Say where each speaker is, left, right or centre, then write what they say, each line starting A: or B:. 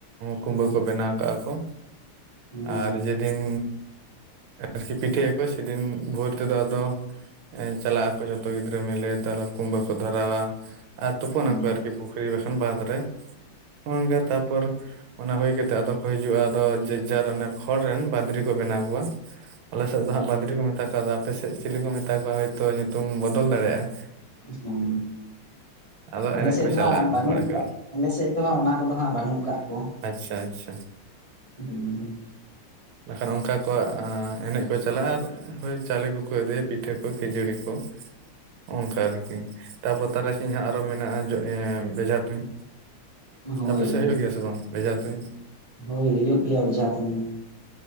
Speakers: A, on the right (about 70°); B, on the right (about 20°).
A: ᱠᱩᱢᱵᱟᱹ
B: ᱦᱮᱸ
A: ᱠᱚ ᱵᱮᱱᱟᱣ ᱠᱟᱜᱼᱟ ᱠᱚ᱾
B: ᱦᱮᱸ
A: ᱟᱨ ᱡᱮ ᱫᱤᱱ ᱟᱨᱠᱤ ᱯᱤᱴᱷᱟᱹᱭᱟᱠᱚ ᱥᱮᱫᱤᱱ ᱵᱷᱚᱨ ᱛᱮᱫᱚ ᱟᱫᱚ ᱪᱟᱞᱟᱜ ᱡᱚᱛᱚ ᱜᱤᱫᱽᱨᱟᱹ ᱢᱤᱞᱮ ᱛᱟᱦᱚᱞᱮ ᱠᱩᱢᱵᱟᱹ ᱠᱚ ᱫᱷᱚᱨᱟᱣᱟ ᱟᱨ ᱛᱩᱯᱟᱹᱱᱟᱠᱚ
B: ᱟᱞᱮ
A: ᱟᱨᱠᱤ ᱯᱩᱠᱷᱨᱤ ᱵᱟᱠᱷᱟᱱ ᱵᱟᱫᱽ ᱨᱮ ᱱᱚᱜᱼᱚᱸᱭ ᱱᱚᱝᱠᱟ ᱛᱟᱯᱚᱨ᱾ ᱚᱱᱟ ᱦᱩᱭ ᱠᱟᱛᱮᱫ ᱟᱫᱚ ᱠᱚ ᱦᱤᱡᱩᱜᱼᱟ ᱟᱫᱚ ᱡᱮᱡᱟᱨᱟᱱ ᱠᱷᱚᱲ ᱨᱮᱱ ᱵᱟᱸᱫᱽᱨᱤ ᱠᱚ ᱵᱮᱱᱟᱣ ᱠᱚᱣᱟ᱾ ᱟᱞᱮ ᱥᱮᱫ ᱫᱚ ᱦᱟᱸᱜ ᱵᱟᱸᱫᱽᱨᱤ ᱠᱚ ᱢᱮᱛᱟ ᱠᱚᱣᱟ ᱟᱫᱚ ᱟᱯᱮ ᱥᱮᱫ ᱪᱤᱞᱤ ᱠᱚ ᱢᱮᱛᱟ ᱠᱚᱣᱟ ᱦᱳᱭ ᱛᱚ ᱧᱩᱛᱩᱢ ᱵᱚᱫᱚᱞ ᱫᱟᱲᱮᱭᱟᱜᱼᱟ᱾
B: ᱦᱩᱸ
A: ᱟᱫᱚ
B: ᱟᱞᱮ
A: ᱮᱱᱮᱡ
B: ᱥᱮᱫ
A: ᱠᱚ ᱪᱟᱞᱟᱜᱼᱟ
B: ᱫᱚ ᱦᱟᱸᱜ ᱵᱟᱹᱱᱩᱜ
A: ᱚᱲᱟᱜ ᱠᱚ
B: ᱟᱞᱮ ᱥᱮᱫ ᱫᱚ ᱦᱟᱸᱜ ᱚᱱᱟ ᱠᱚᱫᱚ ᱦᱟᱸᱜ ᱵᱟᱹᱱᱩᱜ ᱠᱟᱫ ᱠᱚᱣᱟ᱾
A: ᱟᱪᱪᱷᱟ ᱟᱪᱪᱷᱟ
B: ᱦᱩᱸ ᱦᱩᱸ
A: ᱵᱟᱠᱷᱟᱱ ᱚᱱᱠᱟ ᱠᱚ ᱮᱱᱮᱡ ᱠᱚ ᱪᱟᱞᱟᱜᱼᱟ ᱟᱨ ᱪᱟᱣᱞᱮ ᱠᱚᱠᱚ ᱤᱹᱫᱮᱭᱟ ᱯᱤᱴ ᱯᱤᱴᱷᱟᱹ ᱠᱚ ᱠᱷᱟᱹᱡᱟᱹᱲᱤ ᱠᱚ ᱚᱱᱠᱟ ᱟᱨᱠᱤ ᱛᱟᱯᱚᱨ ᱛᱟᱨᱟ ᱥᱤᱧ ᱦᱟᱸᱜ ᱟᱨᱚ ᱢᱮᱱᱟᱜ-ᱟ ᱡᱚ ᱵᱮᱡᱷᱟ ᱛᱩᱧ᱾
B: ᱦᱳᱭ
A: ᱟᱯᱮ ᱥᱮᱜᱽ
B: ᱦᱳᱭ
A: ᱦᱩᱭᱩᱜ ᱜᱮᱭᱟ ᱥᱮ ᱵᱟᱝ ᱵᱷᱮᱡᱟ ᱛᱩᱧ?
B: ᱦᱳᱭ ᱦᱩᱭᱩᱜ ᱜᱮᱭᱟ ᱵᱮᱡᱷᱟ ᱛᱩᱧ ᱫᱚ᱾